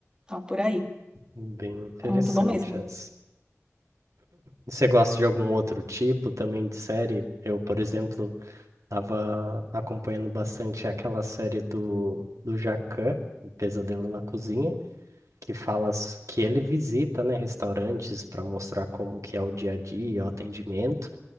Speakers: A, on the right; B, on the right.
A: Tá por aí.
B: Bem interessante
A: É muito bom mesmo.
B: essa. E Você gosta de algum outro tipo também de série? Eu, por exemplo, estava acompanhando bastante aquela série do, do Jacquin, O Pesadelo na Cozinha, que fala s- que ele visita, né, restaurantes para mostrar como que é o dia a dia, o atendimento,